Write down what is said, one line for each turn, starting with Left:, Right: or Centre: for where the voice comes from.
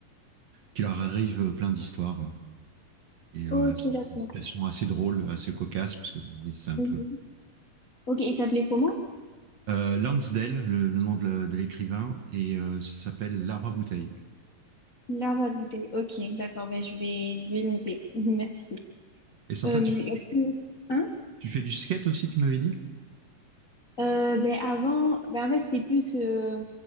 Right: qui leur arrivent plein d'histoires. euh. Et euh,
Left: Ok,
Right: c'est
Left: d'accord.
Right: une situation assez drôle, assez cocasse, parce que bon, oui, c'est un
Left: Mhm.
Right: peu.
Left: Ok, il s'appelait comment?
Right: Euh, Lansdale, le, le nom de, le- de l'écrivain, et euh, ça s'appelle L'arbre à bouteille.
Left: L'arabe. Ok, d'accord, ben je vais, je vais le noter. <laughs> Merci.
Right: Et sans
Left: Euh,
Right: ça, tu, f-
Left: est-ce que- hein?
Right: tu fais du skate aussi, tu m'avais dit?
Left: Euh, ben avant, ben en fait, c'était plus euh,